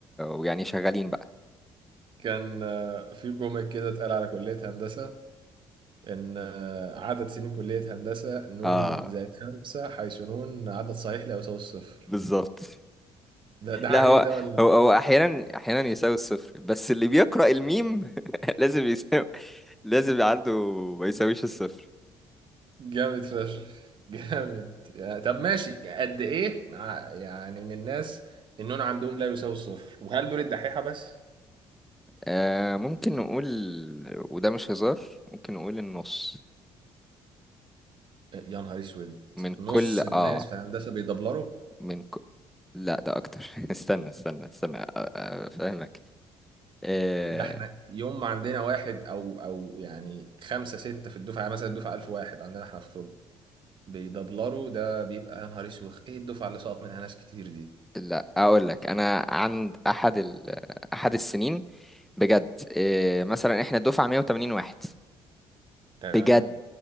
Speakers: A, in the centre; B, on the right.
A: ويعني شغالين بقى
B: كان آه، في كوميك كده اتقال على كلية هندسة إن آه، عدد سنين كلية هندسة نون
A: اه
B: زائد خمسة حيث نون عدد صحيح لا يساوي الصفر
A: بالظبط
B: ده ده
A: لا
B: حقيقي
A: هو
B: ده ولا
A: هو هو احيانا احيانا يساوي الصفر بس اللي بيقرأ الميم <laughs> لازم يساوي لازم يبقى عنده ما يساويش الصفر
B: جامد فشخ جامد يعني طب ماشي قد إيه مع- يعني من الناس النون عندهم لا يساوي الصفر وهل دول الدحيحة بس؟
A: آه ممكن نقول وده مش هزار ممكن نقول النص
B: يا نهار اسود
A: من
B: نص
A: كل
B: <laughs> الناس
A: اه
B: في هندسه بيدبلروا
A: من ك... لا ده اكتر <laughs> استنى استنى استنى آه، آه، فاهمك إيه
B: ده احنا يوم ما عندنا واحد او او يعني خمسه سته في الدفعه يعني مثلا الدفعه 1000 واحد عندنا احنا في طب بيدبلروا ده بيبقى يا نهار اسود ايه الدفعه اللي سقط منها ناس كتير دي
A: لا اقول لك انا عند احد ال... احد السنين بجد إيه مثلا احنا دفعه 180 واحد
B: تمام
A: بجد